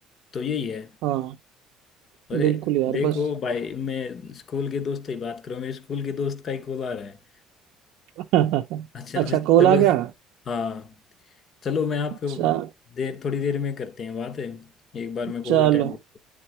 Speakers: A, on the left (about 30°); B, on the right (about 70°).
A: तो यही है
B: हाँ
A: अरे
B: बिल्कुल यार
A: देखो
B: बस
A: भाई मैं स्कूल के दोस्त की बात करूँ मेरे स्कूल के दोस्त का ही कॉल आ रहा है
B: <laughs>
A: अच्छा
B: अच्छा
A: मैं
B: कॉल
A: चलो
B: आ गया
A: हाँ चलो मैं आपको
B: चा,
A: देर थोड़ी देर में करते हैं बात है एक बार मैं कॉल
B: चलो
A: अटेंड